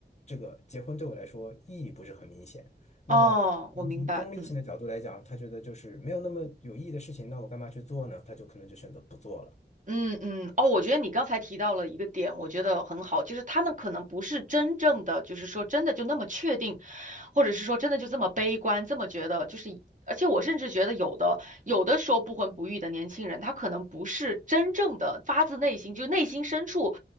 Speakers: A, on the left (about 40°); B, on the right (about 45°).
A: 这个结婚对我来说意义不是很明显。那么，
B: 哦，我明白，
A: 可能从功利性的角度来讲，
B: 嗯。
A: 他觉得就是没有那么有意义的事情，那我干嘛去做呢？他就可能就选择不做了。
B: 嗯嗯，哦，我觉得你刚才提到了一个点，我觉得很好，就是他们可能不是真正的，就是说真的就那么确定，或者是说真的就这么悲观，这么觉得，就是，而且我甚至觉得有的有的时候不婚不育的年轻人，他可能不是真正的发自内心，就内心深处，